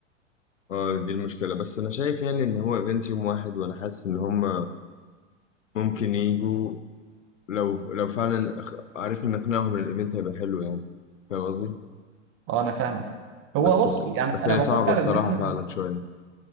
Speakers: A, on the left (about 80°); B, on the right (about 35°).
A: آه دي المشكلة بس أنا شايف يعني إن هو إيفنت يوم واحد وأنا حاسس إن هم ممكن يجوا لو لو فعلا أخ- عرفنا نقنعهم إن الإيفنت هيبقى حلو يعني فاهم قصدي؟
B: أه أنا فاهمك
A: بس
B: هو بص يعني
A: بس
B: أنا
A: هي
B: بفكر
A: صعبة الصراحة
B: إن إحنا
A: فعلا شوية